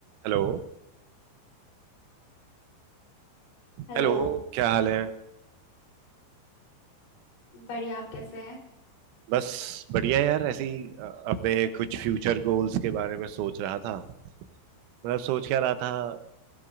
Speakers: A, on the right; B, on the left.
A: Hello
B: Hello
A: Hello क्या हाल है
B: बढ़िया आप कैसे हैं
A: बस बढ़िया है यार ऐसे ही अ, अपने कुछ फ्यूचर गोल्स के बारे में सोच रहा था मतलब सोच क्या रहा था अ,